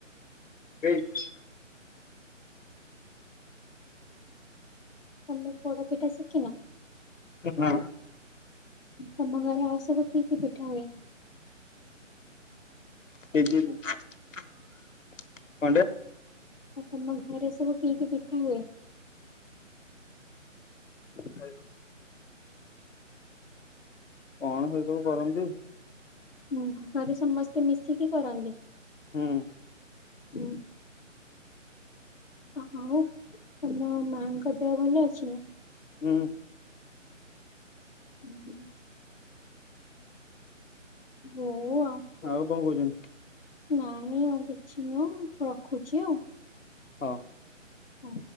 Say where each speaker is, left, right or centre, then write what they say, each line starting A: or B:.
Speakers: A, on the left; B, on the left.
A: ଏଇ।
B: ତମେ ପୋଡ ପିଠା ଶିଖିନ?
A: ନା।
B: ତମ ଘରେ ଆଉ ସବୁ କି କି ପିଠା ହୁଏ?
A: ସୁଜି ପିଠା କଣ ଟେ
B: ଆଉ ତମ ଘରେ ସବୁ କି କି ପିଠା ହୁଏ?
A: <unintelligible> କଣ ସେ ସବୁ କରନ୍ତି?
B: ହୁଁ ଘରେ ସମସ୍ତେ ମିଶିକି କରନ୍ତି?
A: ହୁଁ।
B: ହୁଁ। ଆଉ ତମ ମାଙ୍କ ଦେହ ଭଲ ଅଛି ନା?
A: ହୁଁ।
B: ହୁଁ। ହଉ ଆ
A: ଆଉ କଣ କହୁଛନ୍ତି?
B: ନାଇଁ ନାଇଁ ଆଉ କିଛି ନୁହଁ ରଖୁଛି ଆଉ।
A: ହଁ।
B: ହଁ।